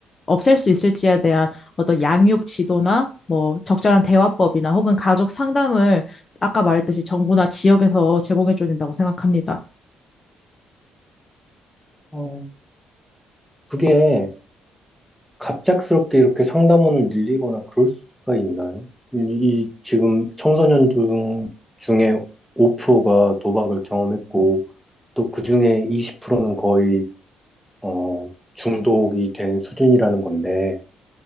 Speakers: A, on the left; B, in the centre.
A: 없앨 수 있을지에 대한 어떤 양육 지도나 뭐 적절한 대화법이나 혹은 가족 상담을 아까 말했듯이 정부나 지역에서 제공해 줘야 된다고 생각합니다.
B: 어, 그게 갑작스럽게 이렇게 상담원을 늘리거나 그럴 수가 있나요? 이, 이 지금 청소년 중, 중에 5%가 도박을 경험했고, 또 그 중에 20%는 거의, 어, 중독이 된 수준이라는 건데,